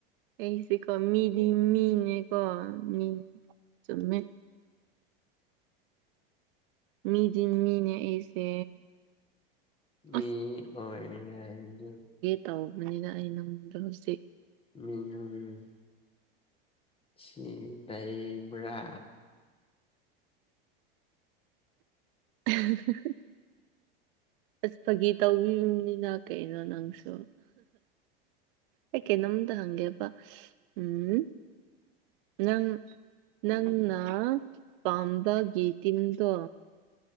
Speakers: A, on the right; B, on the left.
A: ꯑꯩꯁꯦꯀꯣ ꯃꯤꯗꯤ ꯃꯤꯅꯦꯀꯣ ꯃꯤ ꯆꯨꯝꯃꯦ ꯃꯤꯗꯤ ꯃꯤꯅꯦ ꯑꯩꯁꯦ
B: ꯃꯤ
A: ꯑꯁ
B: ꯑꯣꯏꯔꯗꯤ
A: ꯇꯧꯕꯅꯤꯗ ꯑꯩ ꯅꯪꯉꯣꯟꯗ ꯍꯧꯖꯤꯛ
B: <unintelligible> ꯁꯤꯗꯩꯏꯕ꯭ꯔꯥ
A: <unintelligible> <unintelligible> ꯑꯁ ꯐꯥꯒꯤ ꯇꯧꯕ <unintelligible> ꯀꯩꯅꯣ ꯅꯪꯁꯨ ꯑꯩ ꯀꯩꯅꯣꯝꯇ ꯍꯪꯒꯦꯕ ꯎꯝ ꯅꯪ ꯅꯪꯅ ꯄꯥꯝꯕꯒꯤ ꯇꯤꯝꯗꯣ